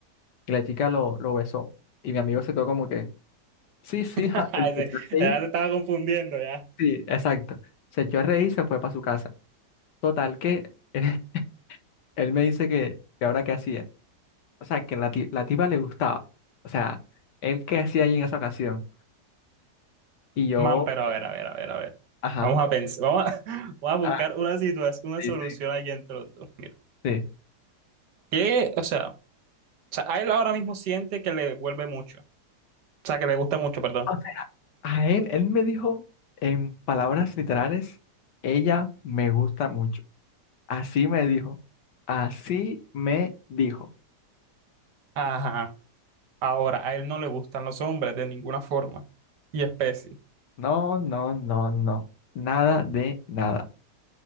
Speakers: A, on the left (about 75°); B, on the right (about 75°).
A: Y la chica lo, lo besó. Y mi amigo se quedó como que, sí, sí,
B: <laughs>
A: ja", se
B: Ese-
A: se echó a reír.
B: Ya te estaba confundiendo, ya.
A: Sí, exacto. Se echó a reír y se fue para su casa. Total que <laughs> él me dice que, que ahora qué hacía. o sea, que la, ti- la tipa le gustaba. O sea, él qué hacía ahí en esa ocasión. Y yo,
B: Man, pero a ver, a ver, a ver, a ver.
A: ajá,
B: Vamos a pensar, vamos a, <laughs> vamos a buscar
A: ah,
B: una situación, una
A: sí,
B: solución
A: sí,
B: aquí entre los dos. Mira.
A: sí.
B: ¿Qué? O sea, o sea, a él ahora mismo siente que le vuelve mucho. O sea, que le gusta mucho, perdón.
A: O sea, a él, él me dijo en palabras literales, ella me gusta mucho. Así me dijo, así me dijo.
B: Ajá. Ahora, a él no le gustan los hombres de ninguna forma y especie.
A: No, no, no, no, no. Nada de nada.